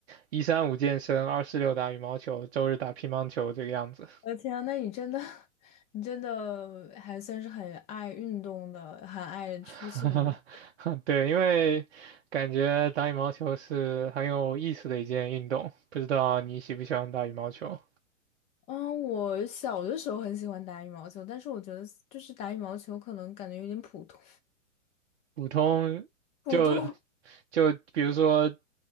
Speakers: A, on the right; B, on the left.
A: 一三五健身，二四六打羽毛球，周日打乒乓球这个样子。
B: 我的天啊，那你真的，<laughs> 你真的还算是很爱运动的，很爱出去的。
A: <laughs> 对，因为感觉打羽毛球是很有意思的一件运动，不知道你喜不喜欢打羽毛球？
B: 嗯，我小的时候很喜欢打羽毛球，但是我觉得就是打羽毛球可能感觉有点普通，
A: 普通就
B: 普通，
A: 就比如说，